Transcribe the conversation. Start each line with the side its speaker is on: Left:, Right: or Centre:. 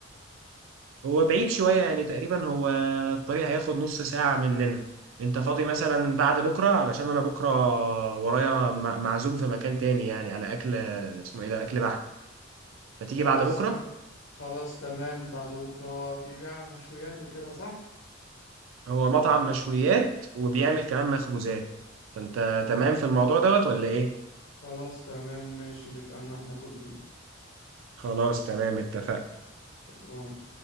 Right: هو بعيد شوية يعني تقريبا هو الطريق هياخد نص ساعة مننا انت فاضي مثلا بعد بكرة علشان انا بكرة ورايا مع- معزوم في مكان تاني يعني على اكل اسمه ايه ده اكل بحر فتيجي
Left: خلاص
Right: بعد بكرة
Left: تم... خلاص تمام بعد بكرة هو بيبيع مشويات وكده صح
Right: هو مطعم مشويات وبيعمل كمان مخبوزات فانت تمام في الموضوع دوت ولا ايه؟
Left: خلاص تمام ماشي نبقى نروح ناكل فيه
Right: خلاص تمام اتفقنا
Left: تمام